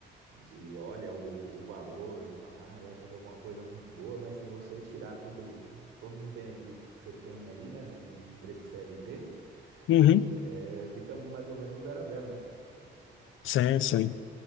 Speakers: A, on the right; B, on the left.
A: Ele olha o, o valor do salário, acha que é alguma coisa muito boa, mas se você tirar tudo, todos os benefícios que você tem ali, né, num emprego CLT,
B: Uhum.
A: é, fica mais ou menos no zero a zero, né?
B: Sim, sim.